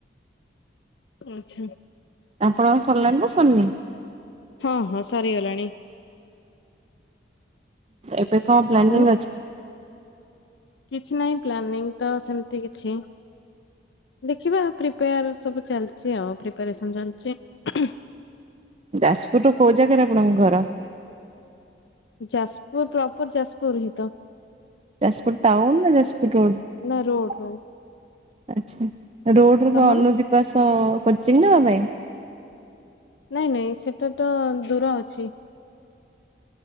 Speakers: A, on the left; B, on the right.
A: ଆଚ୍ଛା।
B: ଆପଣଙ୍କର ସାରିଲାଣି ନା ସରିନି।
A: ହଁ ହଁ ସରିଗଲାଣି।
B: ଏବେ କଣ ପ୍ଲାନିଂ
A: ଆଉ
B: ଅଛି?
A: କିଛି ନାହି ପ୍ଲାନିଙ୍ଗ ତ ସେମିତି କିଛି ଦେଖିବା ପ୍ରିପ୍ରେୟାର ସବୁ ଚାଲିଛି ଆଉ ପ୍ରିପ୍ରେୟାରେସନ୍ ଚାଲିଚି ଉଁହୁଁ।
B: ଯାଜପୁର ର କୋଉ ଜାଗାରେ ଆପଣଙ୍କ ଘର?
A: ଯାଜପୁର ପ୍ରପର ଯାଜପୁର ହିଁ ତ।
B: ଯାଜପୁର ଟାଉନ ନା ଯାଜପୁର ରୋଡ
A: ନା ରୋଡ
B: ଆଚ୍ଛା ରୋଡ ର
A: ତମର?
B: ଅନ ଦିବାସ କୋଚିଂ ନାବା ପାଇଁ?
A: ନାଇଁ ନାଇଁ ସେଟା ତ ଦୂର ଅଛି।